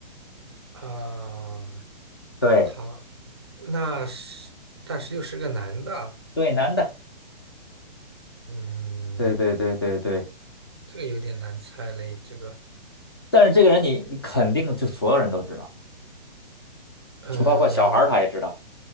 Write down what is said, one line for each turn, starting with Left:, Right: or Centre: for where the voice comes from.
Right: 啊？
Left: 对
Right: 他那是，但是又是个男的，
Left: 对，男的。
Right: 嗯，
Left: 对对对对对，
Right: 这个有点难猜嘞。这个，
Left: 但是这个人你你肯定就所有人都知道，
Right: 嗯，
Left: 就包括小孩儿他也知道。